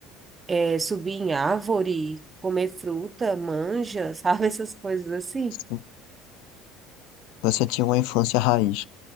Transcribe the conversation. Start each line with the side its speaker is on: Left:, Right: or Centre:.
Right: é, subir em árvore, comer fruta, manja, sabe, <laughs> essas coisas assim.
Left: Sim. Você tinha uma infância raiz.